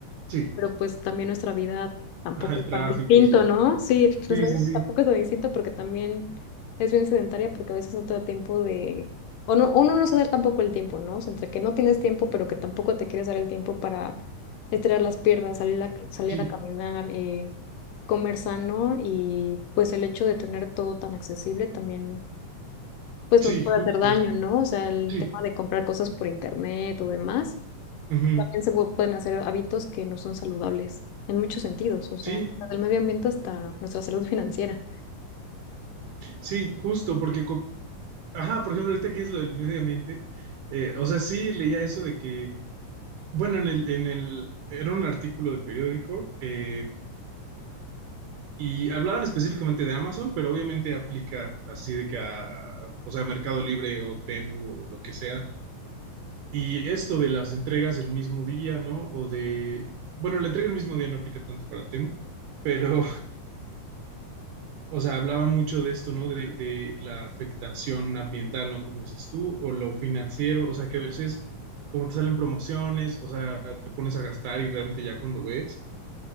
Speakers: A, on the right; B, on the left.
A: sí,
B: pero pues también nuestra vida tampoco
A: ajá, el
B: es
A: tráfico
B: tan distinto,
A: y todo.
B: ¿no? Sí, nuestra
A: Sí, sí,
B: vida
A: sí,
B: tampoco es tan distinto porque también es bien sedentaria porque a veces no te da tiempo de, o no, uno no se da tampoco el tiempo, ¿no? O sea, entre que no tienes tiempo, pero que tampoco te quieres dar el tiempo para estirar las piernas, salir a, salir
A: sí,
B: a caminar, eh, comer sano y pues el hecho de tener todo tan accesible también pues
A: sí,
B: nos puede
A: justo,
B: hacer daño, ¿no? O sea, el
A: sí,
B: tema de comprar cosas por internet o demás
A: ujú,
B: también se pu- pueden hacer hábitos que no son saludables en muchos sentidos, o sea,
A: sí,
B: desde el medio ambiente hasta nuestra salud financiera.
A: sí, justo, porque co- Ajá, por ejemplo, ahorita que es lo del medio ambiente, eh, o sea, sí leía eso de que, bueno, en el, en el, era un artículo de periódico eh, y hablaban específicamente de Amazon, pero obviamente aplica así de que a, o sea, Mercado Libre o Temu o lo que sea. Y esto de las entregas el mismo día, ¿no? O de, bueno, la entrega el mismo día no aplica tanto para Temu, pero o sea, hablaba mucho de esto, ¿no? De, de la afectación ambiental, ¿no? Como dices tú, o lo financiero, o sea, que a veces, como te salen promociones, o sea, te pones a gastar y realmente ya cuando ves,